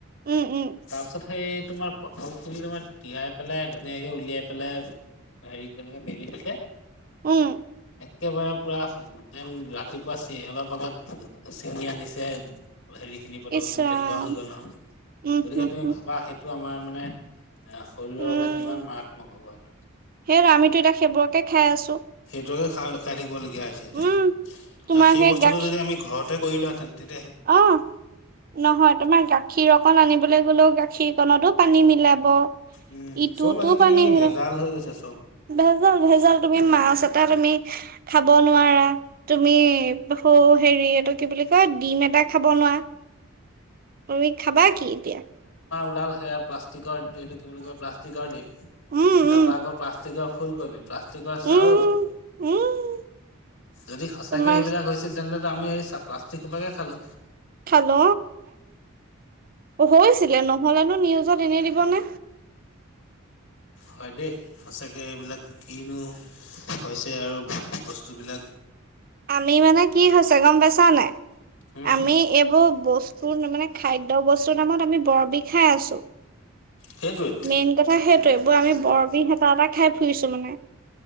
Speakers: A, on the right; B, on the left.
A: উম উম
B: তাৰপিছত সেই তোমাৰ পটলখিনি তোমাৰ তিয়াই পেলাই ধুনীয়াকে উলিয়াই পেলাই হেৰি কেনেকে মেলি দিছে।
A: উম।
B: একেবাৰে পুৰা যেন ৰাতিপুৱা চি অলপ আগত ছিঙি আনিছে। হেৰিখিনি পটলখিনি
A: ইছ ৰাম
B: তেনেকুৱা হৈ গ'ল নহয়। গতিকে
A: উম হম
B: তুমি
A: হম
B: ভাবা সেইটো আমাৰ মানে এ শৰীৰৰ
A: উম
B: বাবে কিমান মাৰাত্মক হব এইটো।
A: সেই আমিতো এতিয়া সেইবোৰকে খাই আছো
B: <unintelligible> খ খাই থাকিবলগীয়া হৈছে এতিয়া।
A: উম তোমাৰ
B: আৰু সেই বস্তুটো
A: গাখীৰ
B: যদি আমি ঘৰতে কৰিলোহেঁতেন তেত
A: অ নহয়। তোমাৰ গাখীৰ অকণ আনিবলৈ গলেও গাখীৰকনতো পানী মিলাব।
B: উম
A: ইটোটো
B: চব আজিকালি
A: পানী
B: মানে
A: মিলাব।
B: ভেজাল হৈ গৈছে চব
A: ভেজাল, ভেজাল। তুমি মাছ এটা তুমি খাব নোৱাৰা। তুমি সৌ হেৰি এইটো কি বুলি কয় ডিম এটা খাব নোৱা। তুমি খাবা কি এতিয়া?
B: লাল সেয়া প্লাষ্টিকৰ এইটো কি বুলি কয় প্লাষ্টিকৰ ডিম
A: উম
B: তাৰ
A: উম
B: পৰা আকৌ প্লাষ্টিকৰ ফুলকবি। প্লাষ্টিকৰ চাউল।
A: উম উম
B: যদি সঁচাকে
A: তোমাৰ
B: সেইবিলাক হৈছিল তেন্তে আমি এ প্লাষ্টিকসোপাকে খালো।
A: খালো হৈছিলে। নহলেনো নিউজত এনে দিবনে?
B: হয় দেই। সঁচাকে এইবিলাক কিনো হৈছে আৰু বস্তু বিলাক।
A: আমি মানে কি হৈছে, গম পাইছা নাই?
B: উম, হুম
A: আমি এইবোৰ বস্তুৰ মানে খাদ্যয় বস্তুৰ নামত আমি বৰ বিষ খাই আছোঁ
B: সেইটোৱেতো
A: মেইন কথা সেইটো এইবোৰ আমি বৰ বিহ হেতা এটা খাই ফুৰিছো মানে